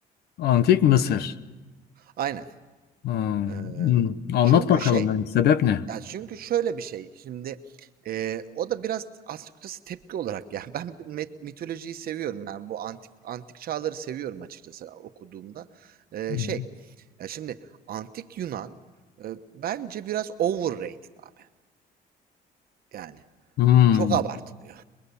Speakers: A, on the left; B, on the right.
A: Antik Mısır.
B: Aynen.
A: Hmm.
B: Ee,
A: Hmm. Anlat
B: çünkü
A: bakalım
B: şey,
A: yani sebep ne?
B: Ya, çünkü şöyle bir şey, şimdi, eee, o da biraz açıkçası tepki olarak ya <laughs> ben met mitolojiyi seviyorum, yani, bu antik antik çağları seviyorum açıkçası okuduğumda. Eee,
A: Hı hı.
B: şey, ya, şimdi antik Yunan, eee, bence biraz overrated abi, yani.
A: Hmm.
B: Çok abartılıyor.